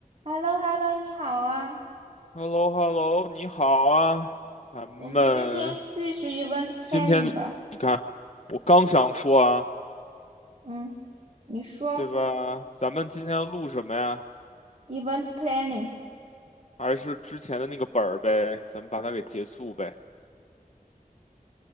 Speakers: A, on the right; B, on the left.
A: h e l l o h e l l o 你好啊，
B: h e l l o h e l l o 你好啊，咱们
A: 我们今天继续 event planning
B: 今天你看，
A: 吧。
B: 我刚想说啊，
A: 嗯，你说
B: 对吧？咱们今天要录什么呀？
A: event planning，OK。
B: 还是之前的那个本儿呗，咱们把它给结束呗。